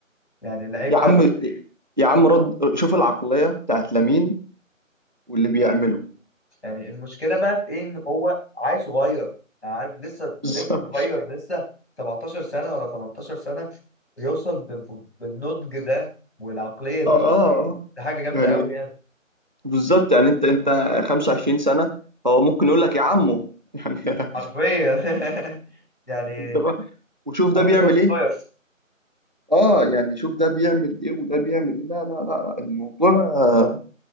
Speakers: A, on the left (about 55°); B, on the right (about 35°).
A: يعني لعيب
B: يا
A: فلت
B: عم يا عم رد شوف العقلية بتاعت لامين واللي بيعمله
A: يعني المشكلة بقى في ايه ان هو عيل صغير يعني عارف لسه
B: بالظبط
A: لسه صغير لسه 17 سنة ولا 18 سنة يوصل ب... ب- بالنضج ده والعقلية
B: <laughs>
A: دي
B: اه اه آه.
A: دي حاجه جامده
B: يعني
A: قوي يعني
B: بالظبط يعني انت انت 25 سنة هو ممكن يقول لك يا عمو يعني
A: حرفيا
B: <laughs>
A: <laughs> يعني
B: انت بقى وشوف ده
A: انت
B: بيعمل
A: كوست
B: ايه
A: فاير
B: اه يعني شوف ده بيعمل ايه وده بيعمل ايه لا لا لا الموضوع آه،